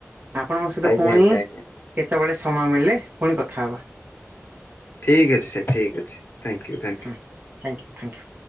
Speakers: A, on the right (about 40°); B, on the left (about 45°).
A: ଆପଣଙ୍କ ସହିତ
B: ଆଜ୍ଞା
A: ପୁଣି
B: ଆଜ୍ଞା ଆଜ୍ଞା
A: କେତେବେଳେ ସମୟ ମିଳିଲେ, ପୁଣି କଥା ହବା।
B: ଠିକ୍ ଅଛି ସେ ଠିକ୍ ଅଛି। ଥ୍ୟାଙ୍କ ୟୁ, ଥ୍ୟାଙ୍କ
A: ହଁ
B: ୟୁ।
A: Thank you thank you.